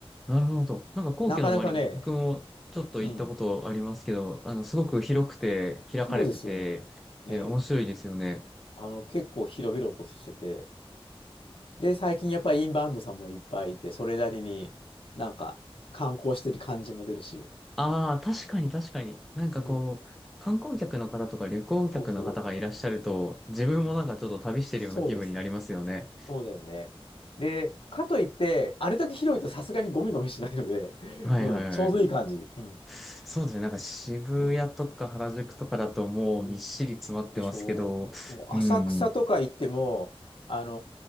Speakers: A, in the centre; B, on the left.
A: なるほど。なんか皇居の周り、
B: なかなかね、
A: 僕もちょっと行ったことありますけど、
B: うん。
A: あの、すごく広くて、開かれてて、
B: そうですよね。ね。
A: ね、面白いですよね。
B: あの、結構広々としてて、で、最近やっぱりインバウンドさんもいっぱいいて、それなりになんか観光してる感じも出るし、
A: ああ、確かに確かに。なんかこう、
B: うん。
A: 観光客の方とか旅行客の方がいらっしゃると、
B: そうそう。う
A: 自分もなんかちょっと旅してるような気分になりますよね。
B: ん。そうです。そうだよね。で、かといって、あれだけ広いとさすがにゴミゴミしないので、<laughs>
A: はいはいはい。
B: うん、ちょうどいい感じ。うん。
A: そうですね。なんか渋谷とか原宿とかだともうみっしり詰まってますけど、
B: ね。うん。でしょう。もう浅草とか行っても、
A: うん。
B: あの